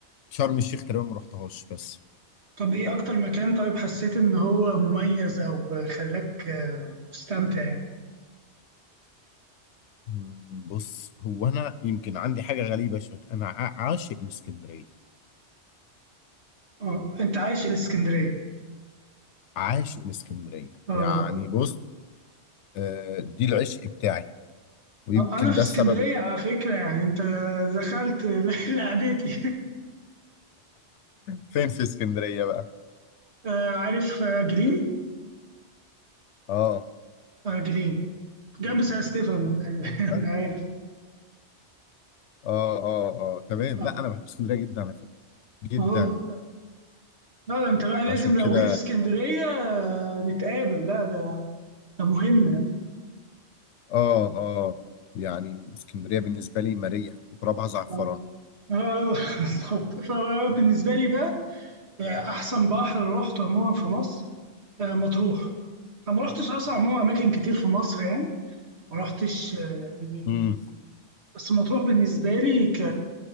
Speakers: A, on the left; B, on the right.
A: شرم الشيخ تقريبا ما رحتهاش بس
B: طب ايه اكتر مكان طيب حسيت ان هو مميز او خلاك آه، مستمتع يعني
A: مم، بص هو أنا يمكن عندي حاجة غريبة شوية أنا ع- عاشق الإسكندرية
B: اه انت عايش الاسكندريه
A: عاشق الإسكندرية
B: اه
A: يعني بص آه، دي العشق بتاعي ويمكن
B: آه، انا في
A: ده
B: اسكندريه
A: السبب إن-
B: على فكره يعني انت دخلت <laughs> لعبتي
A: فين في اسكندرية بقى
B: آه، عارف آه، جليم
A: اه
B: آه، جليم جنب سان ستيفانو يعني <laughs>
A: طيب
B: عارف
A: اه اه اه تمام
B: اه
A: لا انا بحب اسكندرية جدا على فكرة جدا
B: اه لا ده انت بقى لازم
A: عشان
B: لو
A: كده
B: جيت اسكندريه آه، نتقابل لا ده ده مهم يعني.
A: اه اه يعني اسكندرية بالنسبة لي مارية وترابها زعفران
B: اه آه، <laughs> بالظبط فبالنسبه لي بقى آه، احسن بحر رحته عموما في مصر آه، مطروح انا ما رحتش اصلا عموما اماكن كتير في مصر يعني ما رحتش آه، يعني
A: امم
B: بس مطروح بالنسبه لي ك